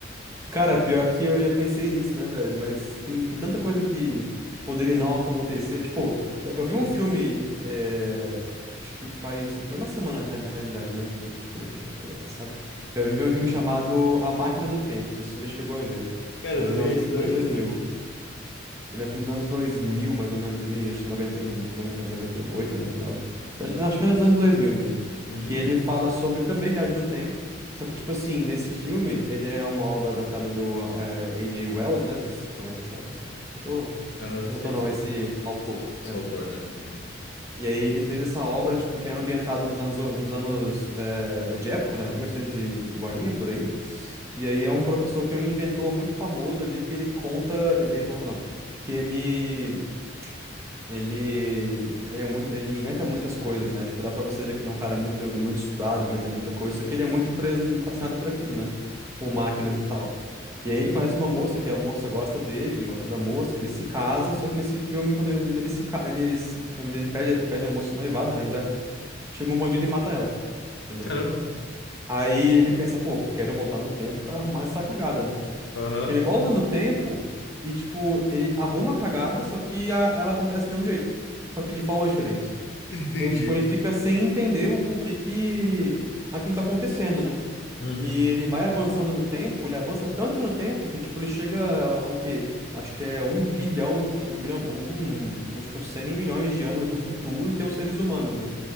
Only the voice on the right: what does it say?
Cara, pior que eu já pensei nisso, né, velho? Mas tem, tem tanta coisa que poderia não acontecer. Tipo, eu, eu vi um filme, é, acho que faz. Foi uma semana na rea- na realidade, né? que eu- Acho que foi na quinta-feira passada. Eu vi um filme chamado A Máquina do Tempo. Não sei se você já chegou a ver.
Mas
ele
é um
filme
dos anos dois
mil. Ele é um filme dos anos 2000 mais ou menos, ali, acho que 90, e- noventa e- 98, 99. Você
acha- Acho que é dos anos 2000 mesmo.
Que ele fala sobre também viagem no tempo, só que, tipo assim, nesse filme, ele é uma obra adaptada do eh, A.J. Wells, né? Não sei se você conhece esse, esse, esse ator.
Esse
ator não,
esse
autor,
perdão.
E aí ele fez essa obra, tipo, que é ambientada nos anos, nos anos eh, de época, né? mil e oitocentos e bolinha, por aí. E aí é um professor que é um inventor muito famoso ali, que ele conta... Ele conta, não. Que ele... Ele, ele, é muito, ele inventa muitas coisas, né? Tipo, dá pra você ver que ele é um cara muito, muito estudado, muita, muita coisa, só que ele é muito preso, fascinado por aquilo, né? Por
máquinas e tal. E aí ele conhece uma moça, que a moça gosta dele, ele gosta da moça, eles se casam, só que nesse filme, quando ele, quando eles se, ca- eles, quando ele pede, pede a moça em noivado, na realidade, chega um bandido e mata ela, entendeu?
Aí ele pensa, pô, quero voltar no tempo pra arrumar essa cagada, né?
Só que ele volta no tempo e, tipo, ele arruma a cagada, só que a- ela acontece do mesmo jeito. Só que de formas diferentes.
E aí, tipo, ele fica sem entender o porquê que aquilo tá acontecendo, né?
E ele vai avançando no tempo, ele avança tanto no tempo que, tipo, ele chega, a- o quê? Acho que é um bilhão de... Não, um bilhão... Um, uns com 100 milhões de anos no futuro e tem os seres humanos, né?